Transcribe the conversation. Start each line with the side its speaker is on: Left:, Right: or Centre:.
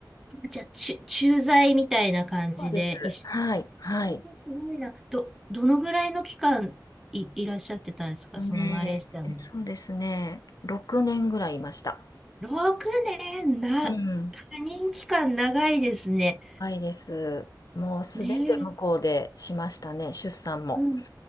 Centre: じゃあ、ち、駐在みたいな感じで一緒に。
Left: そうです。はい、はい。
Centre: えーすごいな。ど、どのぐらいの期間い、いらっしゃってたんですかそのマレーシアに。
Left: ねそうですね。6年ぐらいいました。
Centre: 6年な、
Left: うん。
Centre: 赴任期間長いですね。
Left: はいです。もうすべて向こうでしましたね。
Centre: ねえ。
Left: 出産も。
Centre: うん。